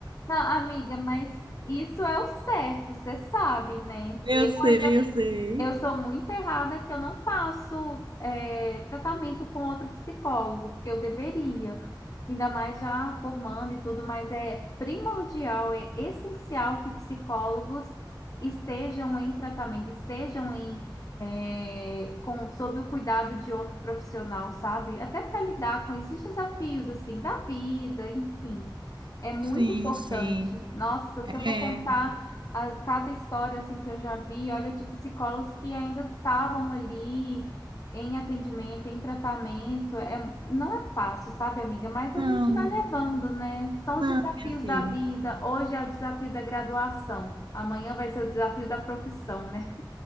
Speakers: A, on the left (about 45°); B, on the right (about 75°).
A: Não, amiga, mas isso é o certo, você sabe, né?
B: Eu
A: Eu
B: sei,
A: ainda
B: eu sei.
A: eu sou muito errada que eu não faço é, tratamento com outro psicólogo, porque eu deveria, ainda mais já formando e tudo, mas é primordial, é essencial que psicólogos estejam em tratamento, estejam em é, com, sob o cuidado de outro profissional, sabe? Até para lidar com esses desafios assim da vida, enfim, é muito
B: Sim,
A: importante.
B: sim.
A: Nossa, se eu for
B: É.
A: contar a- cada história assim que eu já vi, olha, de psicólogos que ainda estavam ali em atendimento, em tratamento, é, não é fácil, sabe, amiga? Mas a
B: Não,
A: gente vai levando, né? São
B: não,
A: os desafios
B: minha filha.
A: da vida. Hoje é o desafio da graduação, amanhã vai ser o desafio da profissão, né?